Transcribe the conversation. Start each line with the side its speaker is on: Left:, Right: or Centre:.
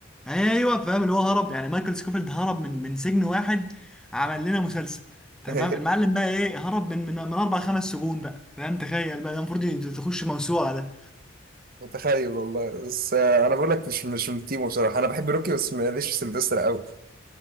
Centre: أيوه فاهم اللي هو هرب يعني مايكل سكوفيلد هرب من من سجن واحد عمل لنا مسلسل تمام
Right: <laughs>
Centre: المعلم بقى إيه هرب من من من أربع خمس سجون بقى فاهم تخيل بقى ده المفروض تخش موسوعة
Right: متخيل والله بس آه، انا بقول لك مش مش من تيمو بصراحه انا بحب روكي بس ماليش في سيلفستر قوي